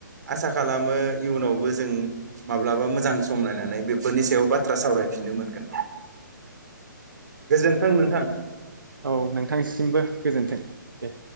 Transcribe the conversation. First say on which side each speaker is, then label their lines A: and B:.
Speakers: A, on the right; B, on the right.
A: आसा खालामो इयुनावबो जों माब्लाबा मोजां समलायनानै बे बेफोरनि सायाव बाथ्रा सावरायफिननो मोनगोन गोजोन्थों नोंथां।
B: औ नोंथांसिमबो गोजोन्थों दे